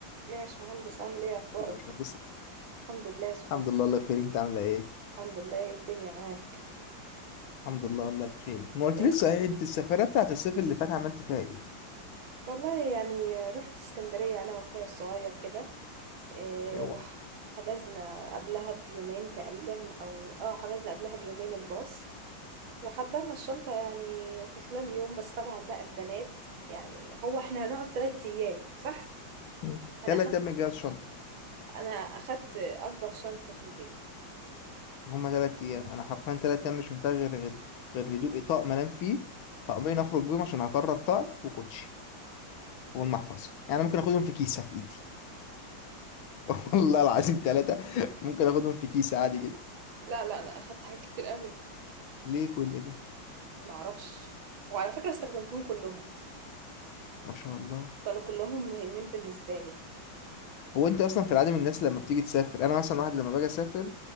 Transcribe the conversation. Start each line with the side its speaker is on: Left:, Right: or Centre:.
Right: يا باشمهندس عامل ايه اخبارك
Left: ده مش مهندس
Right: الحمد لله يا باشمهندس
Left: الحمد لله الله بخير انت عامله ايه
Right: الحمد لله إيه الدنيا معاك
Left: الحمد لله والله بخير ما قلت
Right: ايه
Left: لسه ايه انت السفريه بتاعت الصيف اللي فات عملت فيها ايه
Right: والله يعني رحت اسكندرية انا واخويا الصغير كده إيه
Left: اوعى
Right: وحجزنا قبلها بيومين تقريبا او اه حجزنا قبلها بيومين الباص وحضرنا الشنطة يعني في خلال يوم بس طبعا بقى البنات يعني هو احنا هنقعد تلات ايام صح
Left: مم.
Right: انا
Left: تلات
Right: اخدت
Left: ايام من جهاز شنطه
Right: انا اخدت اكبر شنطة في البيت
Left: هما تلات ايام انا حرفيا تلات ايام مش محتاج غير غير غير هدوء طقم انام فيه طقمين اخرج بيهم عشان هكرر طقم وكوتشي والمحفظه يعني أنا ممكن اخدهم في كيسه في ايدي <laughs> والله العظيم تلاتة ممكن اخدهم في كيسه عادي جدا
Right: لا لا انا اخدت حاجات كتير قوي
Left: ليه كل ده
Right: معرفش وعلى فكرة استخدمتهم كلهم
Left: ما شاء الله
Right: كانوا كلهم مهمين بالنسبة لي
Left: هو انت اصلا في العادي من الناس لما بتيجي تسافر انا مثلا واحد لما باجي اسافر